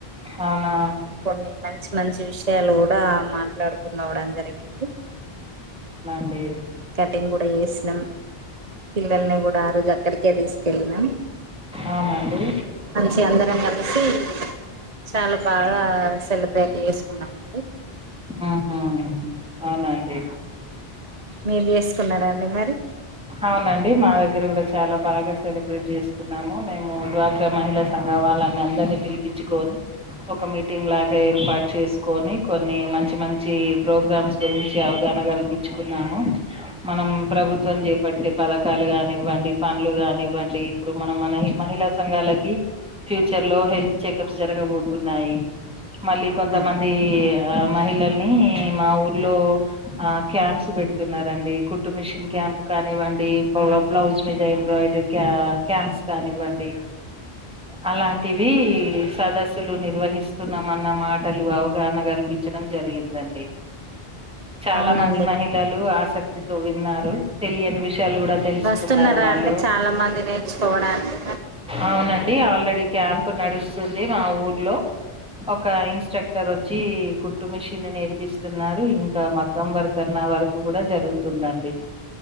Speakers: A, in the centre; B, on the right.
A: అవునా
B: కొన్ని మంచి మంచి విషయాలు కూడా మా మాట్లాడుకున్న కూడా జరగింది
A: డే
B: మేము కూడా చేసినం పిల్లల్ని కూడా ఆ రోజు అక్కడికి కే తీస్ కెళ్ళినం
A: అవునండి
B: మంచిగ అందరం కలిసి చాలా బాగా సెలబ్రేట్ చేసుకున్నామండి
A: ఆ హా అవున అండి
B: మీరు చేసుకున్నారా అండి మరి
A: అవునండి మా దగ్గర కూడా చాలా బాగా సెలబ్రేట్ చేసుకున్నాము. మేము డ్వాక్రా మహిళా సంఘం వాళ్ వల్ల అందరినీ పిలిపిచ్చుకొని ఒక మీటింగ్ లాగా ఏర్పాటు చేసుకొని కొన్ని మంచి మంచి ప్రోగ్రామ్స్ గురించి అవగాహన కల్పించుకున్నాము మనం ప్రభుత్వం చెప్ పట్టి పథకాలు కానివ్వండి పండ్లు కానివ్వండి ఇప్పుడు మనం మన హి మహిళ సంఘాలక్ వి ఫ్యూచర్ లో హెల్త్ చెకప్స్ జరగబోతున్నాయి మళ్ళీ
B: అవునా
A: కొంతమంది ఆ మహిళల్ని మా ఊర్లో ఆ క్యాంప్స్ పెడుతున్నారండి కుట్ కుట్టు మిషన్ క్యాంప్
B: అవును
A: ఐ వాంటియి బ్లౌ
B: అవును
A: బ్లౌజ్ మీద ఎంబ్రాయిడ్ ఎట్టక్య క్యాంప్స్ కానివ్వండి అలాంటివి సదస్సులు నిర్వహిస్ ఇస్తున్నామన్న మాటలు అవగాహన కల్పించడం జరిగిందండి చాలా
B: అవునండి
A: మంది మహిళలు ఆసక్ తితో విన్నారు తెలియని విష్ షలు తెలుసుకున్నారు
B: వస్తున్నారా
A: వాళ్ళు
B: అండి చాలా మంది నేర్చుకోవడానికి
A: అవునండి ఆల్రెడీ. ఇ క్యాంప్ నడుస్తుంది మా ఊర్లో ఒక ఇన్స్ట్రక్టర్ వచ్చి కుట్టు మిషిన్ నేర్పిస్తున్నారు ఇంకా మగ్గం వర్కన్న వర్కు కూడా జరుగుతుందండి.